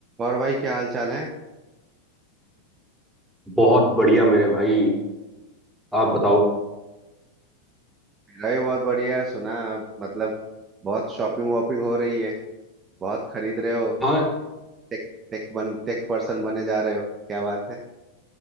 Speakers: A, on the right; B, in the centre.
A: और भाई क्या हाल चाल है
B: बहुत बढ़िया मेरे भाई आप बताओ
A: मेरा भी बहुत बढ़िया है सुना आप मतलब बहुत शॉपिंग वॉपिंग हो रही है बहुत खरीद रहे हो
B: हाँ
A: और टेक टेक बन टेक पर्सन बने जा रहे हो क्या बात है